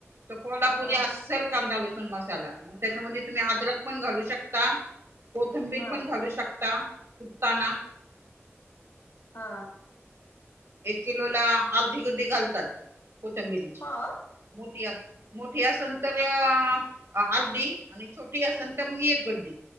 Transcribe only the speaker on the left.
हा
हा
हा
हा